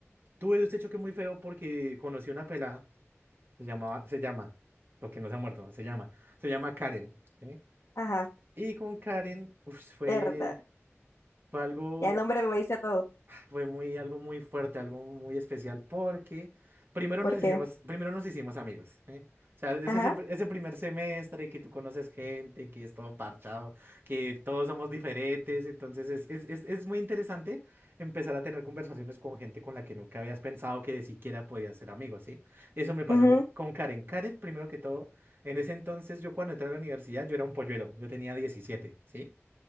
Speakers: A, on the right; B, on the left.
A: tuve un hecho que muy feo porque conocí a una pelada. Se llamaba, se llama, porque no se ha muerto, se llama, se llama Karen, ¿sí?
B: Ajá,
A: Y con Karen, uf, fue,
B: verdad.
A: fue algo
B: Ya el nombre lo dice todo.
A: fue muy, algo muy fuerte, algo muy especial, porque primero
B: Porque,
A: nos hicimos, primero nos hicimos amigos, ¿eh? O sea, es
B: ajá.
A: ese, ese primer semestre que tú conoces gente, que es todo parchado, que todos somos diferentes, entonces es, es, es, es muy interesante empezar a tener conversaciones con gente con la que nunca habías pensado que de siquiera podías ser amigos, ¿sí? Eso me pasó
B: Ujú.
A: con, con Karen. Karen, primero que todo, en ese entonces yo cuando entré a la universidad yo era un polluelo, yo tenía diecisiete ¿sí?